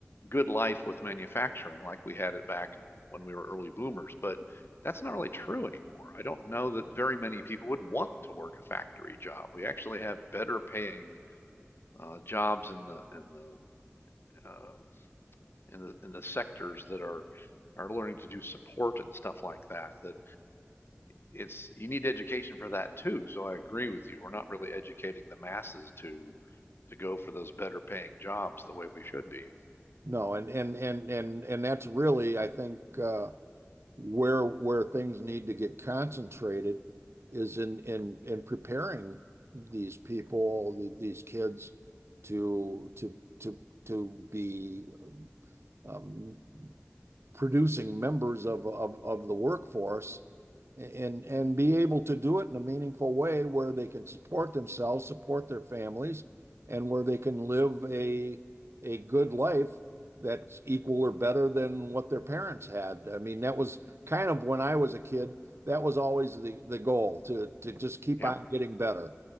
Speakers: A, on the left (about 60°); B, on the right (about 75°).
A: good life with manufacturing like we had it back when we were early boomers, but that's not really true anymore. I don't know that very many people would want to work a factory job. We actually have better paying uh, jobs in the in the uh, in the in the sectors that are are learning to do support and stuff like that that it's you need education for that too. So I agree with you. We're not really educating the masses to to go for those better paying jobs the way we should be.
B: No, and and and and and that's really, I think, uh, where where things need to get concentrated is in in in preparing these people, these kids to to to to be um, producing members of, of, of the workforce and and be able to do it in a meaningful way where they can support themselves, support their families, and where they can live a a good life that's equal or better than what their parents had. I mean, that was kind of when I was a kid, that was always the the goal to to just keep
A: Yep,
B: on getting better.